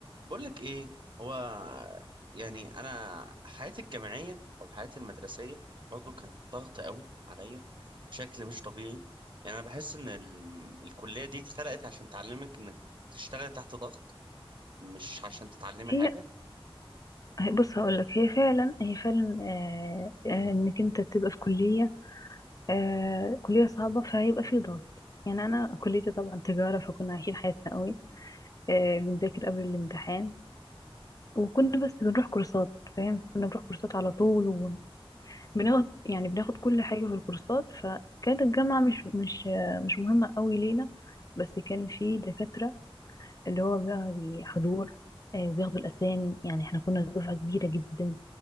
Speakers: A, on the right; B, on the left.
A: بقول لك ايه هو يعني انا حياتي الجامعيه او حياتي المدرسيه برضو كانت ضغط قوي عليا بشكل مش طبيعي يعني انا بحس ان ال- الكليه دي اتخلقت عشان تعلمك انك تشتغل تحت ضغط مش عشان تتعلمي
B: هي
A: حاجه
B: هي- بص هقولك هي فعلا هي فعلا آه آه، انك انت تبقى في كلية آه كلية صعبة فهيبقى في ضغط يعني انا كليتي طبعا تجارة فكنا عايشين حياتنا قوي آه بنذاكر قبل الامتحان وكنا بس بنروح كورسات فاهم كنا بنروح كورسات على طول وبناخد يعني بناخد كل حاجة في الكورسات فكانت الجامعة مش مش آه مش مهمة قوي لينا بس كان في دكاترة اللي هو بقى حضور آه، وبياخدوا الأسامي يعني احنا كنا دفعة كبيرة جدا